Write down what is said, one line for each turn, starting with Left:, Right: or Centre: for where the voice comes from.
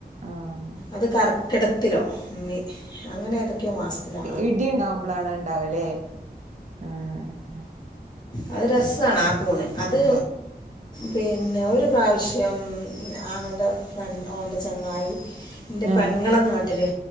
Right: ആഹ്
Left: അത് ക കിടത്തിലോ <unintelligible> അങ്ങനെ ഏതൊക്കെയോ മാസത്തിലാ
Right: ഇടിണ്ടാവുമ്പോളണ ഉണ്ടാവല്ലേ ആ ആ
Left: അത് രസാണ് പോണ് അത്
Right: ആഹ്
Left: പിന്നെ ഒരു പ്രാവശ്യം ആങ്ങളെൻ്റ ഫ്രണ്ട് ഓന്റെ ചങ്ങായി ന്റെ
Right: ആഹ്
Left: പെങ്ങളെ നാട്ടില്